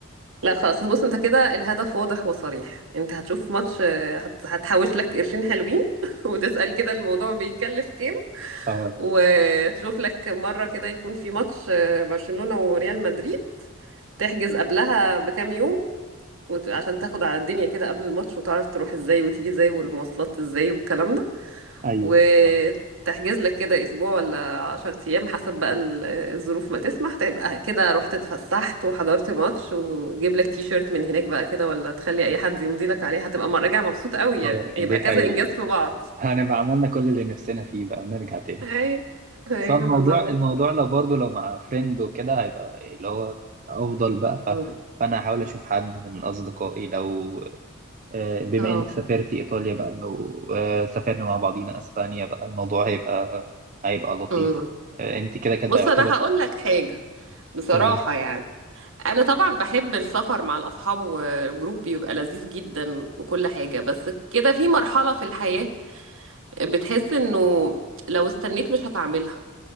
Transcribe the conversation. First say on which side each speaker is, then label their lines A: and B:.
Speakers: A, on the right; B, on the right.
A: لا خلاص بص انت كده الهدف واضح وصريح انت هتشوف ماتش آه، هت... هتحوش لك قرشين حلوين <laughs> وتسأل كده الموضوع بيكلف كام
B: اه
A: وتشوف لك مرة كده يكون في ماتش آه، برشلونة وريال مدريد تحجز قبلها بكام يوم وت... عشان تاخد على الدنيا كده قبل الماتش وتعرف تروح ازاي وتيجي ازاي والمواصلات ازاي والكلام ده
B: ايوه
A: وتحجز
B: اه
A: لك كده اسبوع ولا عشر ايام حسب بقى ال- الظروف ما تسمح تبقى كده رحت اتفسحت وحضرت ماتش وتجيب لك تي شيرت من هناك بقى كده ولا تخلي اي حد يمضي لك عليه هتبقى م- راجع مبسوط قوي يعني
B: اه
A: يبقى
B: دي حقيقة
A: كذا انجاز في بعض
B: هنبقى عملنا كل اللي نفسنا فيه بقى ونرجع تاني
A: ايوه ايوه
B: بس هو الموضوع
A: بالظبط
B: الموضوع لو برضه لو مع فريند وكده هيبقى اللي هو أفضل بقى ف...
A: مم.
B: فأنا هحاول أشوف حد من أصدقائي لو آه، بما
A: اه
B: إنك سافرتي إيطاليا بقى لو آه، سافرنا مع بعضينا أسبانيا بقى الموضوع هيبقى هيبقى لطيف
A: مم.
B: آه، أنت كده كده
A: بص
B: يعتبر
A: انا هقول لك حاجه بصراحه
B: قوليلي
A: يعني انا طبعا بحب السفر مع الاصحاب والجروب بيبقى لذيذ جدا وكل حاجه بس كده في مرحله في الحياه بتحس انه لو استنيت مش هتعملها